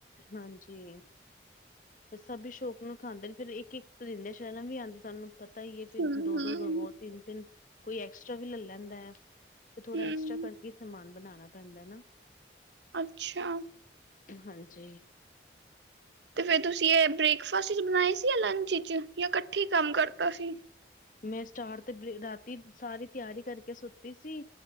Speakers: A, on the left (about 45°); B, on the right (about 75°).
A: ਹਾਂਜੀ। ਸਭ ਈ ਸ਼ੌਕ ਨੂੰ ਖਾਂਦੇ ਨੇ, ਫਿਰ ਇੱਕ ਇੱਕ ਪਰਿੰਦੇ ਸ਼ਰਮ ਵੀ ਆਉਂਦੇ ਤੁਹਾਨੂੰ। ਪਤਾ ਹੀ ਐ ਫਿਰ
B: ਹਮ
A: ਦੋ ਦੋ ਦਵੋ, ਤਿੰਨ ਤਿੰਨ ਕੋਈ ਐਕਸਟਰਾ ਵੀ ਲੈ ਲੈਂਦਾ ਐ। ਫਿਰ ਥੋੜਾ
B: ਹਮ
A: ਐਕਸਟ੍ਰਰਾ ਕਰਕੇ ਈ ਸਮਾਨ ਬਣਾਣਾ ਪੈਂਦਾ ਏ ਨਾ।
B: ਅੱਛਾ।
A: ਹਾਂਜੀ।
B: ਤੇ ਫੇਰ ਤੁਸੀਂ ਇਹ ਬ੍ਰੇਕਫਾਸਟ ਵਿੱਚ ਬਣਾਏ ਸੀ ਜਾਂ ਲੰਚ ਵਿੱਚ ਜਾਂ ਇਕੱਠੀ ਈ ਕੰਮ ਕਰਤਾ ਸੀ।
A: ਮੈਂ ਸਟਾਰਟ ਤੇ ਰਾਤੀ, ਸਾਰੀ ਤਿਆਰੀ ਕਰਕੇ ਸੁੱਤੀ ਸੀ